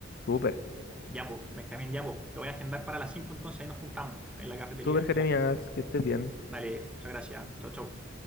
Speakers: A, on the left; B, in the centre.
A: Súper,
B: Ya, po, Benjamín, ya, po. Te voy a agendar para las 5 entonces ahí nos juntamos en la cafetería.
A: súper, Jeremías, que estés bien.
B: Dale, muchas gracias. Chau, chau.